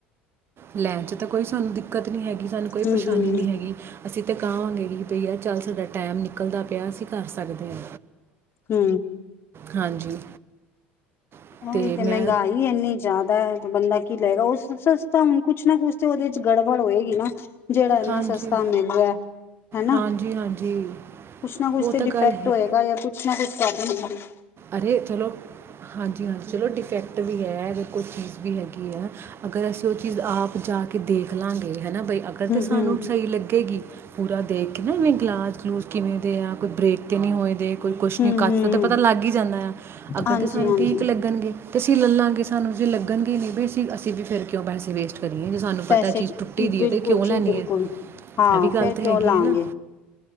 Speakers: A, on the right; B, on the left.
A: ਲੈਣ ਚ ਤਾਂ ਕੋਈ ਸਾਨੂੰ ਦਿੱਕਤ ਨੀ ਹੈਗੀ। ਕਿ ਸਾਨੂੰ ਕੋਈ
B: ਹੂੰ
A: ਪਰੇਸ਼ਾਨੀ
B: ਹੂੰ
A: ਨਹੀਂ ਹੈਗੀ ਅਸੀਂ ਅਤੇ ਕਹਵਾਂਗੇ ਕਿ ਭਈਆ ਚੱਲ ਸਾਡਾ ਟਾਈਮ ਨਿਕਲਦਾ ਪਿਆ ਅਸੀਂ ਕਰ ਸਕਦੇ ਹਾਂ।
B: ਹੂੰ
A: ਹਾਂਜੀ। ਅਤੇ
B: ਉਹੀ ਤੇ
A: ਮੈਂ
B: ਮਹਿੰਗਾਈ ਇੰਨੀ ਜ਼ਿਆਦਾ ਐ। ਬੰਦਾ ਕੀ ਲਏਗਾ ਉਹ ਸਸਤਾ ਹੁਣ ਕੁਛ ਨਾ ਕੁਛ ਤੇ ਉਹਦੇ ਚ ਗੜਬੜ ਹੋਏਗੀ ਨਾ ਜਿਹੜਾ ਇੰਨਾ
A: ਹਾਂਜੀ
B: ਸਸਤਾ ਮਿਲ ਰਿਆ ਹਨਾ,
A: ਹਾਂਜੀ ਹਾਂਜੀ
B: ਕੁਛ ਨਾ ਕੁਛ
A: ਉਹ
B: ਤਾਂ ਡਿਫੈਕਟ
A: ਗੱਲ
B: ਹੋਏਗਾ
A: ਹੈ
B: ਯਾ ਕੁਛ ਮੈ ਕੁਛ ਕਰ <unintelligible>
A: ਅਰੇ ਚਲੋ, ਹਾਂਜੀ-ਹਾਂਜੀ। ਚਲੋ ਡਿਫੈਕਟ ਵੀ ਹੈ ਅਗਰ ਕੋਈ ਚੀਜ਼ ਵੀ ਹੈਗੀ ਐ, ਅਗਰ ਅਸੀਂ ਉਹ ਚੀਜ਼ ਆਪ ਜਾ ਕੇ ਦੇਖ ਲਾਗੇ ਹੈ ਨਾ ਬਈ ਅਗਰ
B: ਹੂੰ
A: ਤਾਂ ਸਾਨੂੰ
B: ਹੂੰ
A: ਸਹੀ ਲੱਗੇਗੀ ਪੂਰਾ ਦੇਖ ਕੇ ਏਵੇਂ ਗਲਾਸ ਗਲੂਸ ਕਿਵੇਂ ਦੇ ਆ ਕੋਈ ਬ੍ਰੇਕ ਤੇ ਨਹੀਂ ਹੋਏ ਦੇਖ ਕੋਈ ਕੁਛ
B: ਹੂੰ
A: ਨੀ ਕੱੱਚਦਾ
B: ਹੂੰ
A: ਤੇ ਪਤਾ ਲੱਗ ਹੀ ਜਾਂਦਾ ਆ ਅਗਰ
B: ਹਾਂਜੀ
A: ਤਾਂ ਸਾਨੂੰ
B: ਹਾਂਜੀ
A: ਠੀਕ ਲੱਗਣਗੇ ਅਸੀਂ ਲਲਾਂਗੇ ਸਾਨੂੰ ਜੇ ਲੱਗਣਗੇ ਨਹੀਂ ਵੀੇ ਅਸੀਂ ਵੀ ਫਿਰ ਕਿਉਂ ਪੈਸੇ ਵੇਸਟ ਕਰੀਏ ਜੇ ਸਾਨੂੰ ਪਤਾ
B: ਪੈਸੇ
A: ਚੀਜ਼ ਟੁੱਟੀ ਪਈ
B: ਬਿਲਕੁਲ
A: ਹੈ ਤੇ ਕਿਉਂ
B: ਜੀ
A: ਲੈਣੀ
B: ਬਿਲਕੁਲ
A: ਹੈ
B: ਹਾਂ
A: ਇਹ ਵੀ ਗਲ
B: ਫੇਰ
A: ਤੇ
B: ਕਿਉਂ
A: ਹੈਗੀ
B: ਲਾਂਗੇ
A: ਹੈ ਨਾ